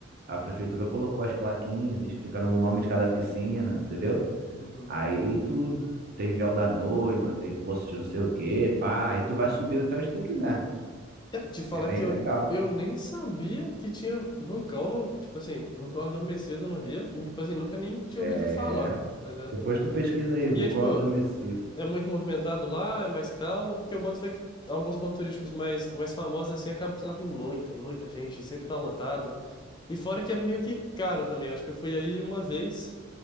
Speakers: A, on the right; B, on the left.
A: a prefeitura colocou as plaquinhas explicando o nome de cada piscina, entendeu?
B: Uhum.
A: Aí tu tem véu da noiva, tem poço de não sei o quê, pá. Aí tu vai subindo até onde tu quiser.
B: Cara, te falar
A: É bem
B: que eu,
A: legal.
B: eu nem sabia que tinha vulcão no, tipo assim, vulcão adormecido no Rio. Tipo assim, nunca nem tinha
A: É.
B: ouvido falar, tá ligado?
A: Depois tu pesquisa aí, vulcão
B: E é tipo,
A: adormecido.
B: é muito movimentado lá, é mais calmo, porque eu boto fé que alguns pontos turísticos mais, mais famosos assim, acaba que lá tem muita, e muita gente, sempre tá lotado. E fora que é meio que caro também. Eu acho que eu fui aí uma vez.